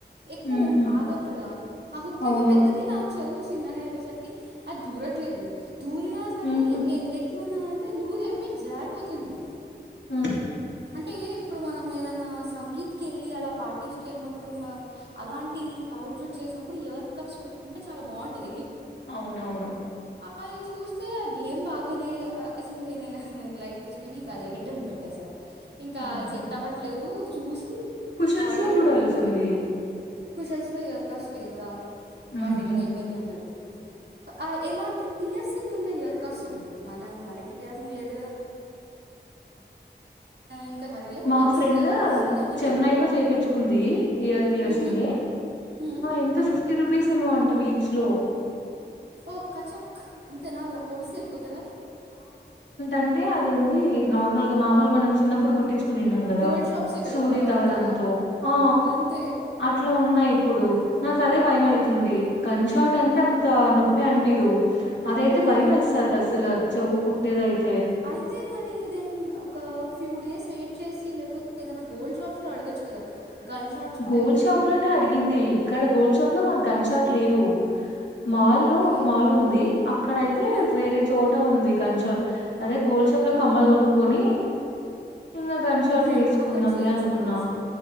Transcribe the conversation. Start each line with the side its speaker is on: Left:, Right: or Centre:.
Right: ఎక్కువ
Left: హుహు.
Right: ఉ ఆగవు కదా ఆ హుకేమ
Left: అవును.
Right: పెద్దది నా చవు చిన్నగాయబే సార్కి ఆది దూర ట్లేదు దూర సరే
Left: హుహు.
Right: ఇ న్నదంటే లూజ్ అయిపోయి జారిపోతుంది
Left: ఆ
Right: అంటే ఇప్పుడు మనం ఏదనా సంగీత్ కేలీ అలా పాఠ తీసుకెళ్ళినప్పుడు మనం అలాంటి అవుట్ఫిట్ చేసినప్పుడు ఇయర్ కప్స్ పెట్టుకుంటే చాలా బాగుంటంది
Left: అవునవును
Right: అది చూస్తే ఏం బాగాలే ఎంకనేనా రైట్ తీసుకుని ఇంక అ రటన్ పెట్టే సార్ ఇంకా
Left: ఆహా!
Right: చెట్ అవ్వట్లేదు చూసి
Left: కుషల్స్‌లో
Right: ఆర్డర్ పెట్టుకున్నాల
Left: చూడాల్సింది.
Right: కుశల్స్ లో ఎయర్ కాస్ట్ లేవరా
Left: హుహు.
Right: వాడి దగ్గర అయిపోయినా అన్నాడు ఆ ఎలా అంటే సింగ్ ఉన్న ఇయర్ కఫప్స్న్నాయి మనం మనకి ఇ ప్యాసం లేదు కదా ఇంకా హరిలే
Left: మా
Right: లెట్స్
Left: ఫ్రెండ్
Right: సి అని
Left: చెన్నై లో చేపించుకుంది ఇయర్ యర్
Right: మ్మ్హమ్,
Left: సింగ్ ఎ
Right: మ్మ్.
Left: ఎంత ఫిఫ్టీ రుపీస్ ఏమో అంట బీచ్ లో
Right: ఓ కచక్ అంత నా అలా పొడసల్ పుత్ర
Left: అంటే అదేంది నార్మల్ గా మామూలు మనం చిన్నప్పుడు కుట్టించు న్నాం కదా
Right: గోల్డ్ షాప్సే కదరా
Left: సూదిదారంతో
Right: మనం అంతా
Left: ఆ
Right: అంతే
Left: అట్లా ఉన్నాయి ఇప్పుడు నాకు అదే భయం అయితుంది గన్ షాట్ అంటే అంత నొప్పి అనిపిదు అదైతే
Right: మ్మ్.
Left: భయంయ్స్తంది అసలు అచ్చవు కుట్టేదైతే
Right: అయితే మరి దన్ ఒక ఫ్యూ డేస్ వెయిట్ చేసి లేకపోతే ఏదైనా గోల్డ్ షాప్స్ లో అడగచ్చు కదా గన్ షాట్స్ ఉంటాయి
Left: గోల్డ్ షాప్ లోనే అడిగింది ఇక్కడ గోల్డ్ షాప్ లో మాకు గన్ షాట్ లేవు మాల్ల్
Right: ఓకే
Left: ఒక మాల్ ఉంది అక్కడయితే
Right: హ్మ్,
Left: వేరే చోట ఉంది గంట షాట్ అదే గోల్ షాప్ లో కమ్మలు కొనుక్కుని ఇంకా గుంషాట్
Right: హ్మ్,
Left: చేయిసుకుందాంని
Right: అక్కడ చేయించుకోవచ్చు
Left: అనుకున్నాం